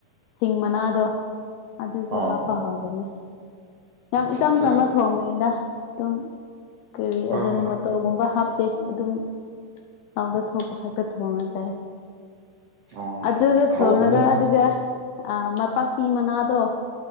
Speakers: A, on the left; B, on the right.
A: ꯁꯤꯡ ꯃꯅꯥꯗꯣ ꯑꯗꯨꯁꯨ
B: ꯑꯣ
A: ꯍꯥꯞꯄ
B: ꯑꯣ
A: ꯍꯥꯎꯕꯅꯦ ꯌꯥꯝ
B: ꯑꯠꯆꯥ
A: ꯏꯆꯝ
B: ꯑꯠꯆꯥ
A: ꯆꯝꯃ ꯊꯣꯡꯕ ꯅꯤꯗ ꯑꯗꯨꯝ ꯀꯔꯤ
B: ꯍꯣꯏ
A: ꯑꯖꯤꯅꯃꯣꯇꯣꯔꯒꯨꯝꯕ
B: ꯍꯣꯏ
A: ꯍꯥꯞ ꯇꯦ ꯑꯗꯨꯝ ꯂꯧꯗ ꯊꯣꯛꯄ ꯈꯛꯇ ꯊꯣꯡꯉꯥ ꯆꯥꯢꯌꯦ
B: ꯑꯣ
A: ꯑꯗꯨꯗꯣ
B: ꯍꯥꯎꯕꯅꯦ
A: ꯊꯣꯡꯔꯒ
B: ꯑꯗꯣ
A: ꯑꯗꯨꯒ ꯃꯥꯄꯥꯛꯄꯤ ꯃꯅꯥꯗꯣ